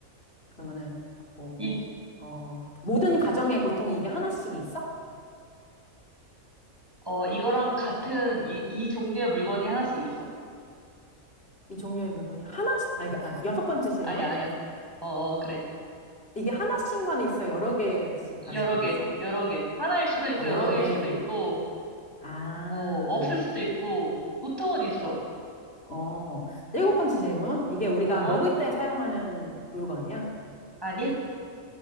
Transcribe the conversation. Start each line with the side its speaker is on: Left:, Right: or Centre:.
Left: 그러면은, 뭐,
Right: 이,
Left: 어, 모든 가정에 보통 이게 하나씩 있어?
Right: 어, 이거랑 같은 이, 이 종류의 물건이 하나씩 있어.
Left: 이 종류의 물건이 하나씩, 아, 그러니까, 아, 여섯 번째 질문?
Right: 아니야, 아니야. 어, 어, 그래.
Left: 이게 하나씩만 있어? 여러 개씩 가지고
Right: 여러 개,
Left: 있어?
Right: 여러 개. 하나일 수도 있고,
Left: 아,
Right: 여러
Left: 여러
Right: 개일
Left: 개?
Right: 수도 있고,
Left: 아,
Right: 뭐, 없을 수도 있고, 보통은 있어.
Left: 어, 일곱 번째 질문. 이게 우리가
Right: 어?
Left: 먹을 때 사용하는 물건이야?
Right: 아니?